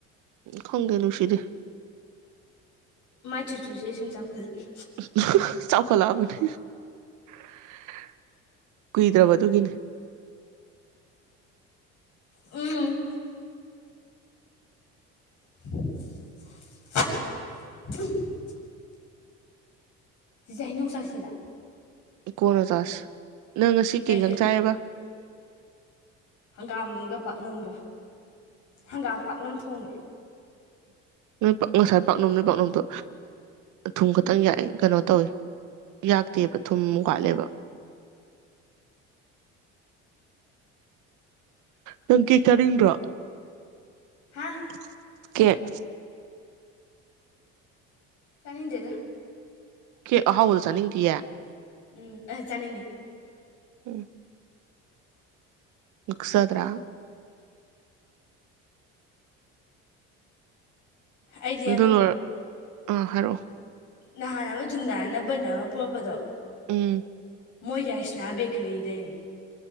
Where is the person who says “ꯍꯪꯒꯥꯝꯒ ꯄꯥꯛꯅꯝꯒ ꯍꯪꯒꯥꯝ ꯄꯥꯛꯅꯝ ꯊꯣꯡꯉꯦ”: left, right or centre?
Left